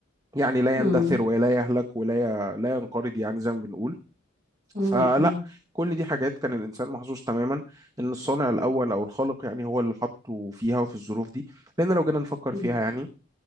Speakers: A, on the right; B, on the right.
A: يعني لا
B: مم،
A: يندثر ولا يهلك ولا ي... لا ينقرض يعني زي ما بنقول
B: مم،
A: فلا كل دي حاجات كان الإنسان محظوظ تماما إن الصانع الأول أو الخالق يعني هو اللي حطه فيها وفي الظروف دي لأن لو جينا نفكر
B: مم.
A: فيها يعني